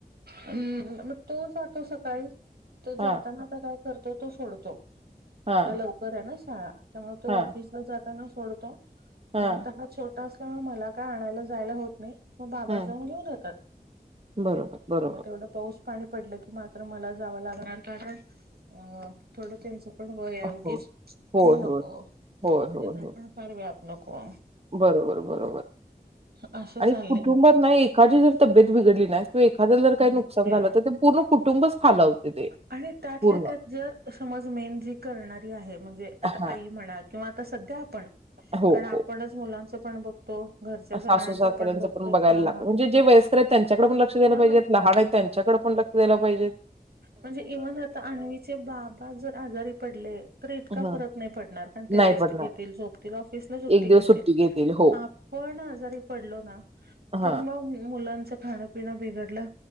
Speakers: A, on the right; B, on the right.
A: हम् मग तो जातो सकाळी तो
B: हां,
A: जाताना आता काय करतो तो सोडतो.
B: हां,
A: आता लवकर आहे ना शाळा त्यामुळे तो
B: हां,
A: ऑफिसला जाताना सोडतो
B: हां.
A: मा हा छोटा असल्यामुळे मला काय आणायला जायला होत नाही मग बाबा
B: हं,
A: जाऊन घेऊन येतात.
B: बरोबर, बरोबर.
A: मोठं मोठं पाऊस पाणी पडलं की मात्र मला जावं लागणार कारण अ थोड त्यांच पण वय हे
B: हो,
A: उगीच
B: होय,
A: हे
B: होय.
A: नको
B: होय,
A: त्यांना
B: होय, होय.
A: पण फार व्याप नको.
B: बरोबर बरोबर
A: असं
B: आणि
A: चाललंय
B: कुटुंबात नाही एखादी जर तब्येत बिडली ना किंवा एखादं जर
A: सांगू
B: काही नुकसान
A: तुला
B: झालं तर ते पूर्ण कुटुंबच खालावते. ते
A: आणि त्यातल्या
B: पूर्ण.
A: त्यात जर समज मेन जी करणारी आहे म्हणजे आता
B: हां.
A: आई म्हणा किंवा आता सध्या आपण
B: हो,
A: कारण आपणच
B: हो.
A: मुलांचं पण बघतो घरच्या सगळ्यांच
B: सासू सऱ्यांचं
A: बघतो
B: पण बघायला
A: हा
B: लागत म्हणजे वयस्कर आहेत त्यांच्याकडे पण लक्ष द्याय
A: हा
B: पाहिजे लहान आहेत त्यां त्याच्याकडे पण लक्ष द्याय पाहिजे,
A: म्हणजे इव्हन आता आणण्वीचे बाबा जर आजारी पडले तर इतका
B: हं.
A: फरक नाही पडणार आणि ते
B: नाही
A: रेस्ट
B: पडणार.
A: घेतील झोपतील ऑफिसला सुट्टी
B: एक
A: घेतील,
B: दिवस <unintelligible>
A: पण आजारी पडलो ना
B: हां.
A: तर मग मुलांचं खाणपिण बिघडलं